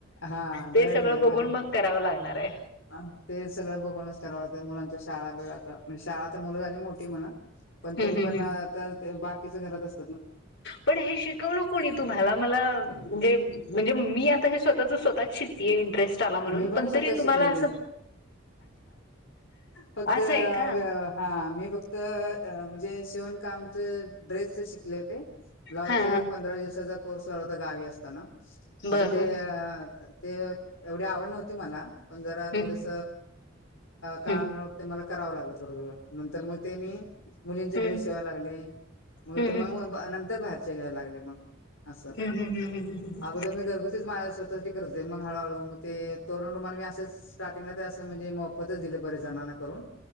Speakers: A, on the left (about 85°); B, on the left (about 60°).
A: हा घरय
B: ते सगळं बघून
A: म्हणजे काय
B: मग करावं लागणार आहे.
A: अ तेच सगळं बघुनच कराव लागतं मुलांच्या शाळा बिळा म्हणजे शाळा तर मुलं झाली मोठी म्हणा पण
B: हम्म
A: तरी पण
B: हम्म हम्म.
A: आता ते बाकीच घरात अस
B: पण हे शिकवल कोणी तुम्हाला मला म्हणजे म्हणजे मी आता हे स्वता स्वतःच शिकतीये इंटरेस्ट आला म्हणून
A: मी
B: पण
A: स्वतः
B: तरी तुम्हाला
A: शिकलेले
B: अस
A: फक्त
B: असं
A: आ
B: आहे का?
A: हा मी फक्त अ म्हणजे शिवण कामच ड्रेसच शिकले हो ते ब्लाउजच
B: हा
A: एक
B: हा
A: पंधरा दिवसाचा कोर्स लावला होता गावी असताना म्हणजे
B: बरं
A: ते
B: हम्म
A: ते एवढी आवड नव्हती मला पण जरा
B: हम्म.
A: थोडस काळानुरूप
B: हम्म
A: ते मला करावं लागलं थोडं थोडं नंतर मग ते मी मुलींचे
B: हम्म
A: ड्रेस शिवाय लागले मग
B: हम्म
A: ते मग नंतर बाहेरचे घ्यायला लागले मग असं
B: हम्म हम्म हम्म हम्म हम्म हम्म
A: अगोदर मी घरगुतीच माझ्या स्वतः साठी करत होते मग हळूहळू मग ते तोरण रुमाल मी असंच स्टार्टिंगला ते असं म्हणजे मोफतच दिले बरे जणांना करून